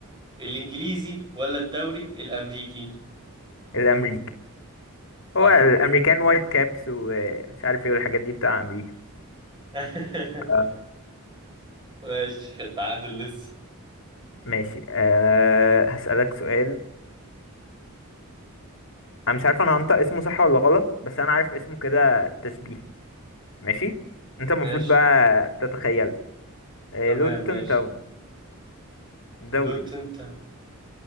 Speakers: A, on the right; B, on the left.
A: الانجليزي ولا الدوري الامريكي
B: الامريكي
A: صح
B: هو الامريكان وايت كابس ومش عارف ايه والحاجات دي بتاع امريكا
A: <laughs>
B: آه،
A: ماشي تعادل لسه
B: ماشي أه هسألك سؤال انا مش عارف انا هنطق اسمه صح ولا غلط بس انا عارف اسمه كده تشبيهي ماشي انت المفروض
A: ماشي
B: بقى تتخيله أه
A: تمام
B: لوتون
A: ماشي
B: تاون الدوري
A: لوتن تا